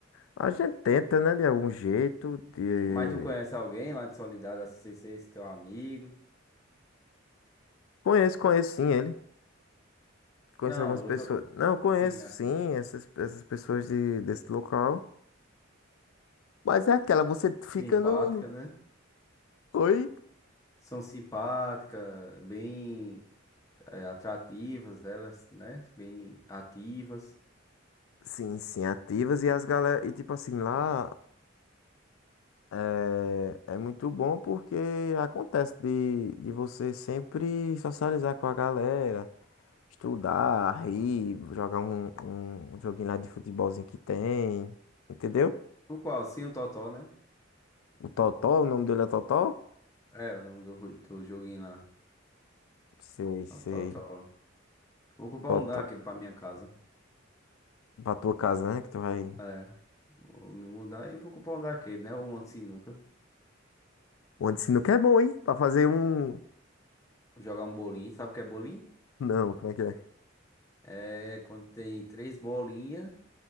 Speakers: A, on the left; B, on the left.
A: a gente tenta, né, de algum jeito, de.
B: Mas tu conhece alguém lá de Soledade, assim, sem ser esse teu amigo?
A: Conheço, conheço sim ele. Conheço
B: Não,
A: algumas pessoas.
B: eu tô,
A: Não, conheço
B: sim, assim,
A: sim essas, essas pessoas de, desse local. Mas é aquela, você fica
B: simpática,
A: no,
B: né?
A: Oi?
B: São simpáticas, bem é, atrativas elas, né? Bem ativas.
A: Sim, sim, ativas e as galera. E tipo assim, lá é, é muito bom porque acontece de, de você sempre socializar com a galera, estudar, rir, jogar um, um joguinho lá de futebolzinho que tem, entendeu?
B: No qual? Sim, o Totó, né?
A: O Totó, o nome dele é Totó?
B: É, o nome do, ro- do joguinho lá.
A: Sei, sei.
B: É O Totó. Vou comprar
A: Totó.
B: um daquele pra minha casa.
A: Pra tua casa, né? Que tu vai.
B: É. Vou me mudar e vou comprar um daquele, né? Ou um sinuca.
A: Onde sinuca é bom, hein? Pra fazer um.
B: Jogar um bolinho. Sabe o que é bolinho?
A: Não, como é que é?
B: É quando tem três bolinhas